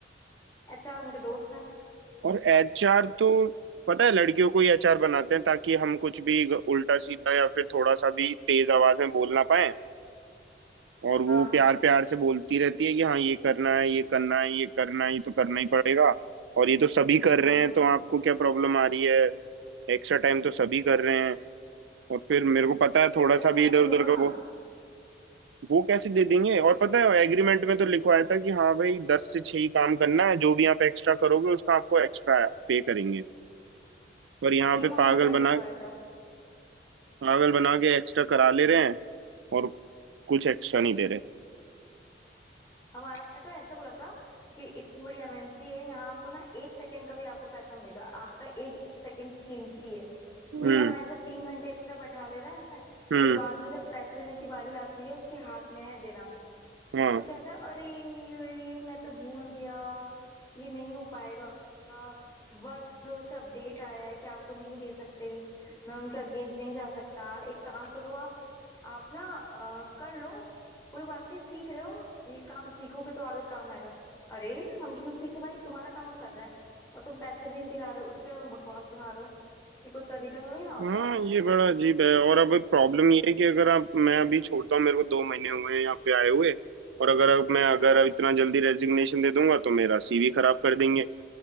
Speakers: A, on the left; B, on the right.
A: अच्छा उनके दोस्त हैं
B: और एचआर तो पता है लड़कियों को ही एचआर बनाते हैं ताकि हम कुछ भी ग- उल्टा सीधा या फिर थोड़ा सा भी तेज आवाज में बोल ना पाए और वो
A: हाँ
B: प्यार प्यार से बोलती रहती है कि हाँ ये करना है ये करना है ये करना है ये तो करना ही पड़ेगा और ये तो सभी कर
A: हम्म
B: रहे हैं तो आपको क्या प्रॉब्लम आ रही है एक्स्ट्रा टाइम तो सभी कर रहे हैं और फिर मेरे को पता है
A: तो
B: थोड़ा
A: एक्स्ट्रा
B: सा भी
A: पैसे
B: इधर उधर
A: दो
B: का
A: ना
B: वो वो कैसे दे देंगे और पता है एग्रीमेंट में तो लिखवाया था कि हाँ भाई दस से छह ही काम करना है जो भी आप एक्स्ट्रा करोगे उसका आपको एक्स्ट्रा पे करेंगे पर यहाँ
A: सेम
B: पे
A: हमारे
B: पागल
A: यहाँ भी
B: बना
A: लिखवाया था
B: पागल बना के एक्स्ट्रा करा ले रहे हैं और कुछ एक्स्ट्रा नहीं दे रहे
A: हमारा तो ऐसा बोला था कि इतनी बड़ी एमएनसी है यहाँ आपको ना एक सेकंड का भी आपको पैसा मिलेगा आपका एक एक सेकंड कीमती है
B: हम्म
A: यहाँ मैनेजर तीन घंटे एक्स्ट्रा बैठा ले रहा है
B: हम्म
A: फिर बाद में जब पैसे देने की बारी आती है उसके हाथ में है देना
B: हम्म हाँ
A: तो कहता है अरे मैं तो भूल गया ये नहीं हो पाएगा वर्क फ्लो से अपडेट आया है कि आपको नहीं दे सकते मैं उनके अगेंस्ट नहीं जा सकता एक काम करो आप आप ना अ, कर लो कोई बात नहीं सीख रहे हो ये काम सीखोगे तो आगे काम आएगा अरे हम क्यों सीखे भाई तुम्हारा काम हम कर रहे हैं और तुम पैसे भी नहीं दिला रहे हो उसके बाद बकवास सुना रहे हो ये कोई तरीका थोड़ी ना होता
B: हाँ
A: है
B: ये बड़ा अजीब है और अब प्रॉब्लम ये है कि अगर आप मैं अभी छोड़ता हूँ मेरे को दो महीने हुए हैं यहाँ पे आए हुए और अगर अब मैं अगर
A: हाँ
B: अब इतना जल्दी रेजिग्नेशन दे दूंगा तो मेरा सीवी खराब कर देंगे